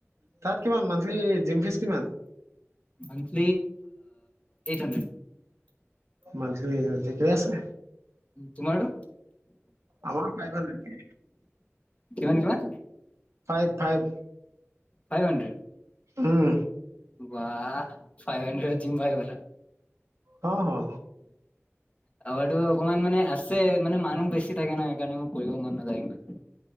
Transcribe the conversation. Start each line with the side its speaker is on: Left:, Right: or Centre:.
Right: তাত কিমান মান্থলি জিম ফিজ কিমান
Left: আমি কি এইট হণ্ড্ৰেড
Right: মানঠিলি এনাজি ঠিকেই আছে
Left: তোমাৰতো
Right: আমাৰ পাই ভা নাকি
Left: কিমান কিমান
Right: ফাইভ ফাইভ
Left: ফাইভ হণ্ড্ৰেড
Right: উম
Left: বাহ ফাই হণ্ড্ৰেড দিম বাই বলা
Right: হা হা
Left: যাবৰটো অকমান মানে আছে মানে মানুহ বেছি থাকে ন সেইকাৰণে মোৰ কৰিব মন নাযায়। ইমান